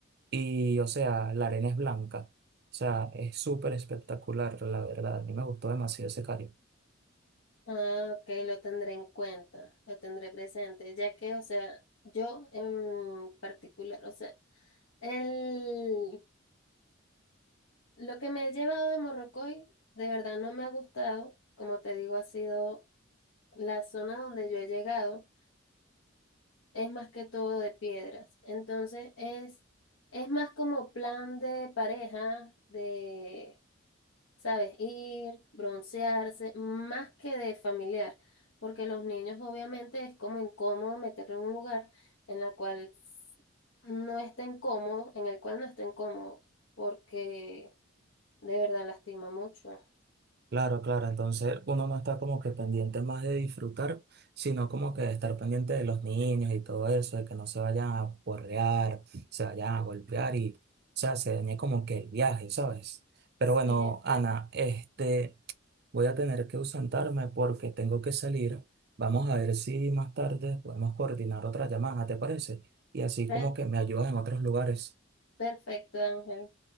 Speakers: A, on the right (about 55°); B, on the left (about 85°).
A: Y, o sea, la arena es blanca. O sea, es súper espectacular, la verdad. A mí me gustó demasiado ese cayo.
B: Ah, ok, lo tendré en cuenta, lo tendré presente, ya que, o sea, yo en particular, o sea, el, lo que me he llevado de Morrocoy de verdad no me ha gustado, como te digo, ha sido la zona donde yo he llegado, es más que todo de piedras, entonces es, es más como plan de pareja, de ¿sabes? Ir, broncearse, más que de familiar, porque los niños obviamente es como incómodo meterlo en un lugar en la cual s- no estén cómodos, en el cual no estén cómodos, porque de verdad lastima mucho.
A: Claro, claro, entonces uno no está como que pendiente más de disfrutar, sino como que de estar pendiente de los niños y todo eso, de que no se vayan a porrear, se vayan a golpear y, o sea, se dañe como que el viaje, ¿sabes? Pero
B: Sí,
A: bueno,
B: exacto.
A: Ana, este, voy a tener que ausentarme porque tengo que salir. Vamos a ver si más tarde podemos coordinar otra llamada, ¿te parece? Y así
B: Per-
A: como que me ayudas en otros lugares.
B: perfecto, Ángel.